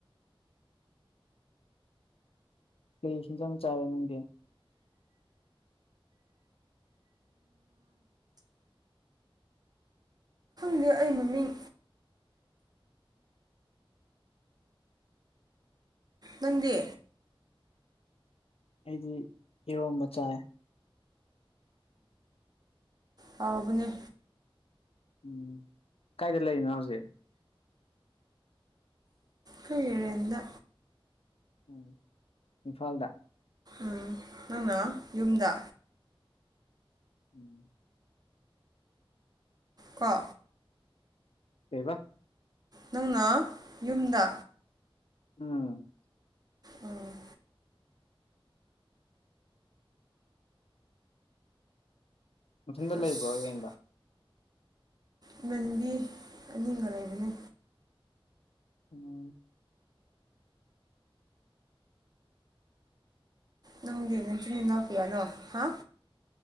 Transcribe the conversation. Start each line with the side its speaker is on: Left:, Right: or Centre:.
Left: ꯀꯔꯤꯁꯤꯟꯁꯨ ꯌꯥꯝ ꯆꯥꯔꯦ ꯅꯪꯗꯦ
Right: ꯑꯗꯨ ꯑꯩ ꯃꯃꯤꯡ ꯅꯪꯗꯤ
Left: ꯑꯩꯗꯤ ꯏꯔꯣꯕ ꯆꯥꯏ
Right: ꯍꯥꯎꯕꯅꯦ
Left: ꯎꯝ ꯀꯥꯏꯗ ꯂꯩꯔꯤꯅꯣ ꯍꯧꯖꯤꯛ
Right: ꯀꯔꯗ
Left: ꯎꯝ ꯏꯝꯐꯥꯜꯗ
Right: ꯎꯝ ꯅꯪꯅ ꯌꯨꯝꯗ
Left: ꯎꯝ
Right: ꯀ
Left: ꯂꯩꯕ
Right: ꯅꯪꯅ ꯌꯨꯝꯗ
Left: ꯎꯝ
Right: ꯎꯝ
Left: ꯃꯊꯟꯗ
Right: ꯑꯁ
Left: ꯂꯩꯕ꯭ꯔꯣ ꯌꯦꯡꯗ
Right: ꯏꯃꯅꯤꯡꯒꯤ ꯑꯅꯤꯡꯒ ꯂꯩꯕꯅꯦ
Left: ꯎꯝ
Right: ꯅꯪꯗꯤ ꯅꯁꯨꯅꯤꯅꯥꯎ ꯀꯌꯥꯅꯣ ꯍꯥ